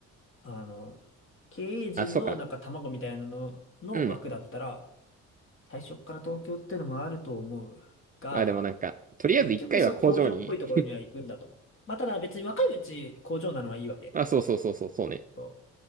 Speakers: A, on the left; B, on the right.
A: あの、経営陣のなんか卵みたいなのの枠だったら、
B: あ、そうか。うん。
A: 最初から東京ってのもあると思うが、
B: まあでもなんか、とりあえず一回は工場に、
A: 結局そう工場っぽいところには行くんだと思う。まあただ別に若いうち工場なのはいいわけ。
B: あ、そうそうそうそう、そうね。
A: そ